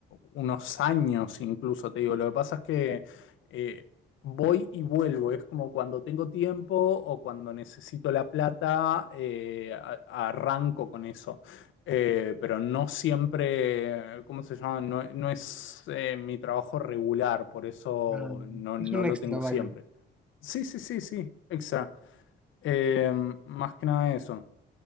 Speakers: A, on the left; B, in the centre.
A: unos años incluso, te digo. Lo que pasa es que eh, voy y vuelvo. Es como cuando tengo tiempo o cuando necesito la plata, eh, a- arranco con eso. Eh, pero no siempre, ¿cómo se llama? No, no es eh, mi trabajo regular, por eso
B: ah,
A: no,
B: Es
A: no
B: un
A: lo
B: extravallo.
A: tengo siempre. Sí, sí, sí, sí, exacto. Eh, más que nada eso.